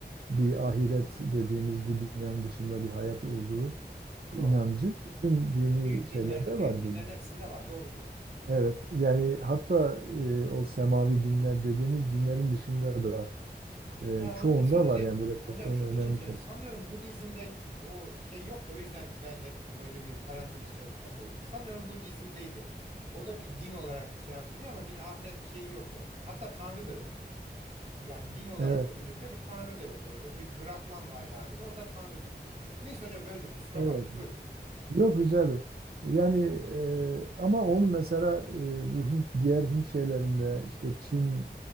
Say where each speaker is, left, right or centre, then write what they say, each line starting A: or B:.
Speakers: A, on the right; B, on the right.
A: bir ahiret dediğimiz bu dünyanın dışında bir hayat olduğu inancı
B: Doğru.
A: bütün dini
B: Büyük
A: şeylerde
B: dinlerde büyük
A: var
B: dinlerin
A: bir.
B: hepsinde var. Doğru diyorsunuz.
A: Evet yani hatta e, o semavi dinler dediğimiz dinlerin dışında da e,
B: Ya
A: çoğunda
B: onu şunu
A: var
B: dedim.
A: yani böyle çok
B: Hocam
A: ön-
B: şunun için
A: önemli
B: söylüyorum
A: şeyler.
B: Sanıyorum Budizm'de o şey yoktu. O yüzden ben ek öyle bir parantez içerisine koydum. Sanıyorum Budizm'deydi. O da bir din olarak şey yapılıyor ama bir ahiret şeyi yok orada. Hatta tanrı da yok. Yani din olarak
A: Evet,
B: kabul edilen bir tanrı da yok orada. Bir Brahman var galiba. O da tanrı değil. Neyse hocam böldüm. Kusura
A: evet.
B: bakmayın. Buyurun.
A: Yok rica ederim. Yani e, ama onu mesela e, bu Hint diğer Hint şeylerinde işte Çin